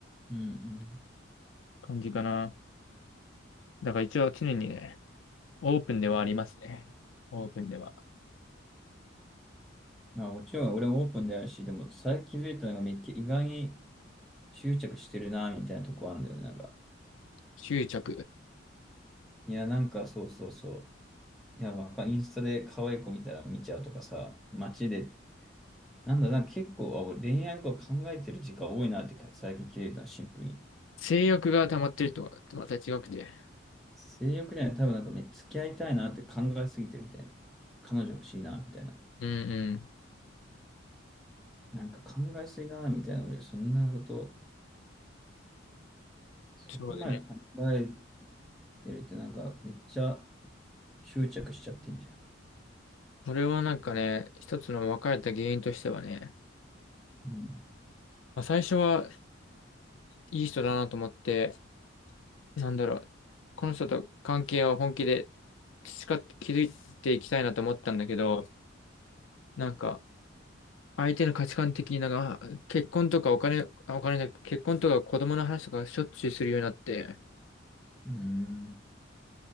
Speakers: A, in the centre; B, on the left (about 80°).
A: うんうん。
B: 感じかな。だから一応常にね、オープンではありますね。オープンでは。
A: まあもちろん俺もオープンであるし、でも最近気づいたのがめっちゃ意外に執着してるなみたいなとこあるんだよね。なんか、
B: 執着。
A: いやなんかそうそうそう。いやわか、インスタで可愛い子見たら見ちゃうとかさ、街で、なんだ、なんか結構あ俺恋愛のこと考えてる時間多いなってか最近気づいたの、シンプルに。
B: 性欲が溜まってるとはまた違くて。
A: 性欲じゃない、多分なんかめ、付き合いたいなって考えすぎてるみたいな。彼女欲しいなみたいな。
B: うんうん。
A: なんか考えすぎだなみたいな。俺そんなこと、そこまで考え
B: そうだね。
A: てるってなんかめっちゃ、執着しちゃってんじゃん。
B: これはなんかね、一つの別れた原因としてはね、
A: うん。
B: まあ、最初はいい人だなと思って、なんだろう、この人と関係を本気で培って築いていきたいなと思ったんだけど、なんか、相手の価値観的になんか、結婚とかお金、あお金じゃなくて、結婚とか子供の話とかしょっちゅうするようになって、
A: うん。